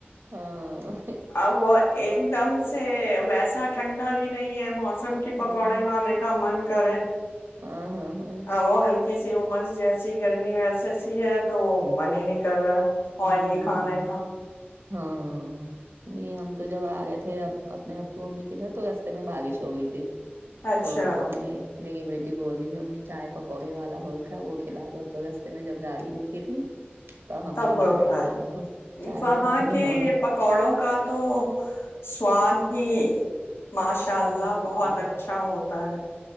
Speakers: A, on the right (about 65°); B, on the left (about 80°).
A: ہ <unintelligible>
B: ا وہ ایک دم سے ویسا ٹھنڈا بھی نہیں ہے موسم کی
A: ہاں
B: پکوڑے
A: ہاں
B: کھانے کا من کرے
A: ہاں ہاں ہاں ہوں
B: ا وہ ہلکا کسی عمرس جیسی گرمی ویس سی ہے تو وہ من ہی نہیں کر کر رہا آئلی
A: ہوں
B: ہی کھانے کا <unintelligible>
A: ہاں نہیں ہم تو جب آ گئے تھے اپنے ابو امی کے گھر تو رستے میں بارش ہو گئی تھی
B: اچھا
A: تو میں <unintelligible> میری بیٹی بول گئی تھی امی چائے پکوڑے والا ہو وہ کھلا دو تو رستے میں جب گاڑی کوکی تھی تو ہم
B: تب
A: نے کھلائے
B: ہے
A: تھے ان کو چائے
B: وہاں
A: پکوڑے
B: کے
A: ہاں
B: پکوڑوں کا تو سواد ہی ماشاء اللہ
A: الگ ہوتا
B: بہت
A: ہے
B: اچھا ہوتا ہے